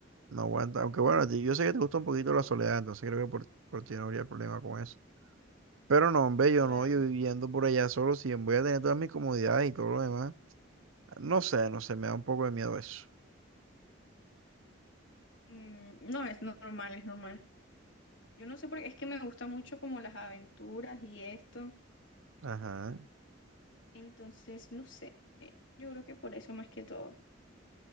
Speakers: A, on the right (about 80°); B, on the left (about 70°).
A: no aguanta. Aunque bueno, a ti- yo sé que te gusta un poquito la soledad, entonces creo que por, por ti no habría problema con eso. Pero no, hombre, yo
B: Claro.
A: no, yo viviendo por allá solo, si voy a tener todas mis comodidades y todo lo demás. No sé, no sé, me da un poco de miedo eso.
B: Mm, no, es normal, es normal. Yo no sé porque es que me gusta mucho como las aventuras y esto.
A: Ajá.
B: Entonces, no sé. Yo creo que por eso más que todo.